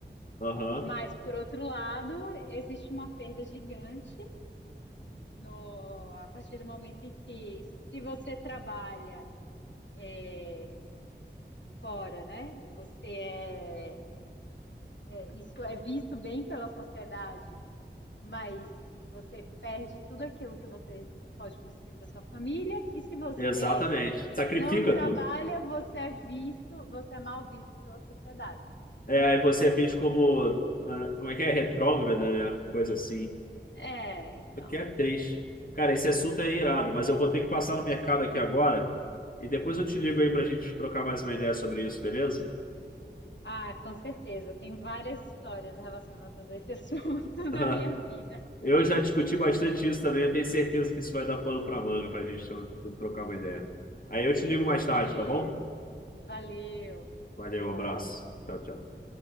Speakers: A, on the left; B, on the left.
A: Aham,
B: Mas por outro lado, existe uma perda gigante no a partir do momento em que se você trabalha é, fora, né? Você é, é isso é visto bem pela sociedade mas você perde tudo aquilo que você pode construir para sua família, e se você
A: exatamente. Sacrifica
B: não trabalha,
A: tudo.
B: você é visto, você é mal visto pela sociedade, né? Então,
A: É, aí você
B: cara,
A: é visto como.
B: é,
A: ah, Como é que é? Retrógrada, né? Coisa assim.
B: é, então,
A: O que é triste. Cara, esse assunto é irado,
B: é.
A: mas eu vou ter que passar no mercado aqui agora. E depois eu te ligo aí pra gente trocar mais uma ideia sobre isso, beleza?
B: Ah, com certeza, tem várias histórias relacionadas a esse assunto <laughs>
A: <laughs>
B: na minha vida.
A: Eu já discuti bastante isso também. Eu tenho certeza que isso vai dar pano para manga para a gente tro- trocar uma ideia. Aí eu te ligo mais tarde,
B: Beleza.
A: tá bom?
B: Valeu.
A: Valeu,
B: Tá bom,
A: um abraço.
B: tchau, tchau.
A: Tchau, tchau.